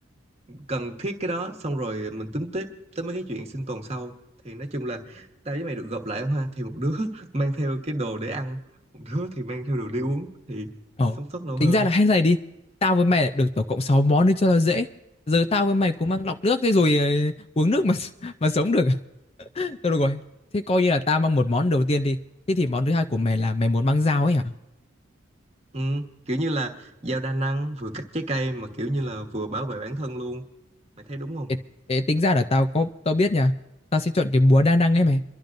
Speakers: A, on the right; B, on the left.
A: cần thiết cái đó xong rồi mình tính tiếp tới mấy cái chuyện sinh tồn sau thì nói chung là tao với mày được gộp lại không ha thì một đứa <laughs> mang theo cái đồ để ăn một đứa thì mang theo đồ để uống thì
B: Ờ,
A: sống sót lâu hơn
B: tính ra là hay này đi. Tao với mày lại được tổng cộng 6 món đi cho nó dễ. Giờ tao với mày cũng mang lọc nước thế rồi ờ, uống nước mà <laughs> mà sống được. <laughs> Thôi được rồi. Thế coi như là tao mang một món đầu tiên đi. Thế thì món thứ hai của mày là mày muốn mang dao ấy hả?
A: ừ, kiểu như là dao đa năng vừa cắt trái cây mà kiểu như là vừa bảo vệ bản thân luôn mày thấy đúng không
B: Ê, ê, tính ra là tao có tao biết nha. Tao sẽ chọn cái búa đa năng ấy mày.